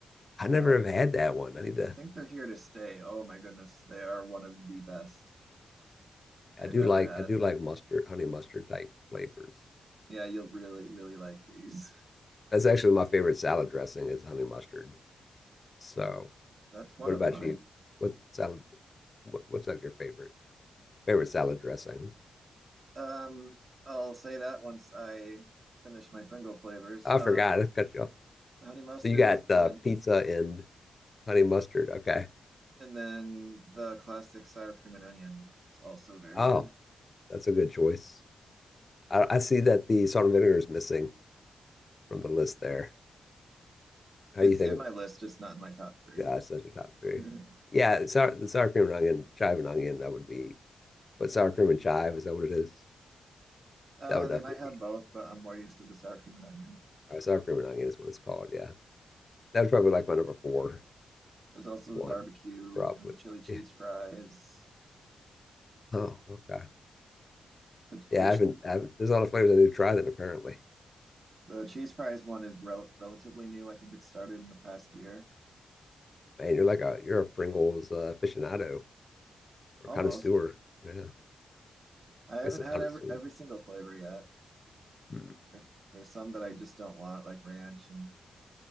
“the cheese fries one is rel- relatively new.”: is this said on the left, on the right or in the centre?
Right